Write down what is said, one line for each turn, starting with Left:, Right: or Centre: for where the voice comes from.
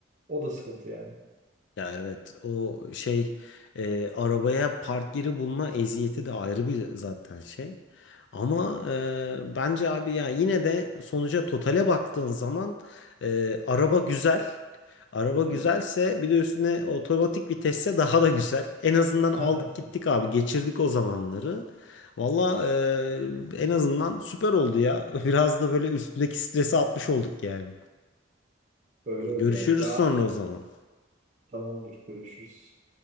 Right: O da sıkıntı yani.
Left: Ya evet o şey e, arabaya park yeri bulma eziyeti de ayrı bir zaten şey. Ama e, bence abi ya yine de sonuca totale baktığın zaman e, araba güzel. Araba
Right: Evet.
Left: güzelse bir de üstüne otomatik vitesse daha da güzel. En azından
Right: <laughs>
Left: aldık gittik abi geçirdik o zamanları. Valla e, en azından süper oldu ya. <laughs> Biraz da böyle üstündeki stresi atmış olduk yani.
Right: Öyle
Left: Görüşürüz
Right: oldu yani. Ya
Left: sonra o zaman.
Right: tamamdır görüşürüz.